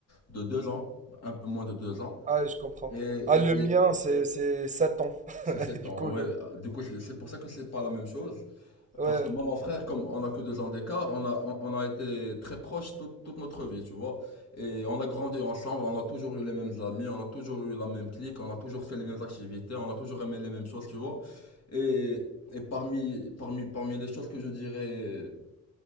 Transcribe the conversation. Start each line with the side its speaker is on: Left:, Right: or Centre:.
Left: de deux ans, un peu moins de deux ans.
Right: Ah, je comprends.
Left: Et, et,
Right: Ah, le mien,
Left: et
Right: c'est, c'est 7 ans.
Left: c'est
Right: <laughs>
Left: sept
Right: Du
Left: ans,
Right: coup,
Left: ouais.
Right: le...
Left: Du coup, c'est c'est pour ça que c'est pas la même chose.
Right: ouais,
Left: Parce que moi, mon frère, comme on a que deux ans d'écart, on a, on, on a été très proches toute, toute notre vie, tu vois. Et on a grandi ensemble, on a toujours eu les mêmes amis, on a toujours eu la même clique, on a toujours fait les mêmes activités, on a toujours aimé les mêmes choses, tu vois. Et, et parmi, parmi, parmi les choses que je dirais